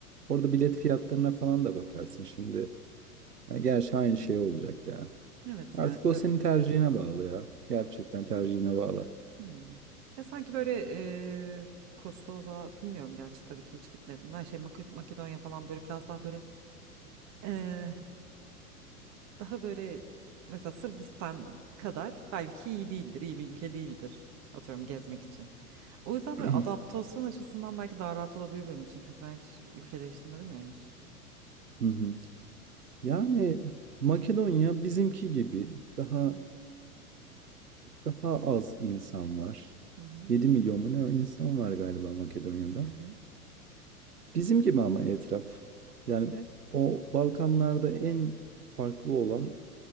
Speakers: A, on the right; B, on the right.
A: Orada bilet fiyatlarına falan da bakarsın şimdi. Yani gerçi aynı şey olacak ya.
B: Evet
A: Artık
B: yani.
A: o senin tercihine bağlı ya. Gerçekten tercihine bağlı.
B: Hmm. Ya sanki böyle eee, Kosova bilmiyorum gerçi tabii ki hiç gitmedim. Ben şey Mako- Makedonya falan böyle biraz daha böyle eee, daha böyle mesela Sırbistan kadar belki iyi değildir, iyi bir ülke değildir atıyorum gezmek için. O yüzden
A: <clears throat>
B: böyle adaptasyon açısından belki daha rahat olabilir benim için. Çünkü ben hiç ülke değiştirmedim ya henüz.
A: Hı hı. Yani Makedonya bizimki gibi daha daha az insan var.
B: Hı hı.
A: 7 milyon mu ne insan var galiba Makedonya'da.
B: Hı hı.
A: Bizim gibi ama etraf. Yani o Balkanlarda en farklı olan